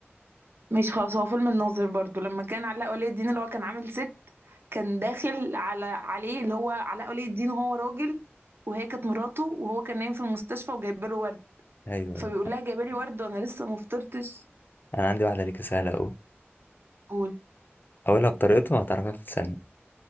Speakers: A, on the right; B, on the left.
A: ماشي خلاص هو فيلم الناظر برضو لما كان علاء ولي الدين اللي هو كان عامل ست كان داخل على عليه اللي هو علاء ولي الدين هو راجل وهي كانت مراته وهو كان نايم في المستشفى وجايبه له ورد
B: ايوه
A: فبيقول
B: أيوة.
A: لها جايبه لي ورد وانا لسه ما فطرتش
B: انا عندي واحده ليك سهله قوي
A: قول
B: اقولها بطريقته هتعرفها في ثانيه